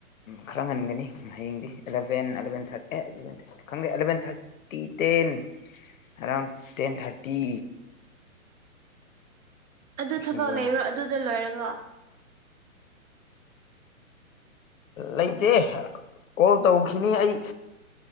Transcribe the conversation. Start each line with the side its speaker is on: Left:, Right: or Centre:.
Left: ꯈꯔ ꯉꯟꯒꯅꯤ ꯍꯌꯦꯡꯗꯤ ꯑꯦꯂꯦꯟ ꯑꯂꯕꯦꯟ ꯊꯔꯇꯤ ꯈꯪ ꯑꯦꯂꯦꯕꯦꯟ ꯊꯔꯇꯤ ꯐꯤ ꯇꯦꯟ ꯑꯦꯔꯥꯎꯟ ꯇꯦꯟ ꯊꯥꯔꯇꯤ
Right: ꯑꯗꯨ
Left: ꯂꯣꯏꯁꯤꯟꯗꯧ
Right: ꯊꯕꯛ ꯂꯩꯔꯣ
Left: ꯃꯥꯜꯂꯦ
Right: ꯑꯗꯨꯗ ꯂꯣꯏꯔꯒ
Left: ꯂꯩꯇꯦ ꯀꯣꯜ ꯇꯧꯈꯤꯅꯤ ꯑꯩ